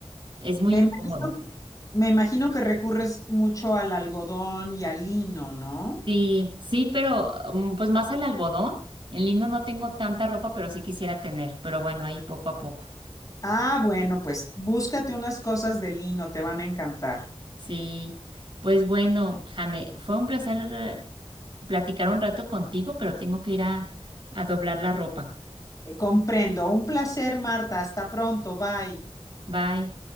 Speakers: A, on the right; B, on the left.
A: es muy
B: Me
A: incómodo.
B: imagino, me imagino que recurres mucho al algodón y al lino, ¿no?
A: Sí, sí, pero mm, pues más al algodón, en lino no tengo tanta ropa, pero sí quisiera tener, pero bueno, ahí poco a poco.
B: Ah, bueno, pues búscate unas cosas de lino, te van a encantar.
A: Sí, pues bueno, Jane, fue un placer platicar un rato contigo, pero tengo que ir a, a doblar la ropa.
B: Eh, comprendo. Un placer, Marta. Hasta pronto. Bye.
A: Bye.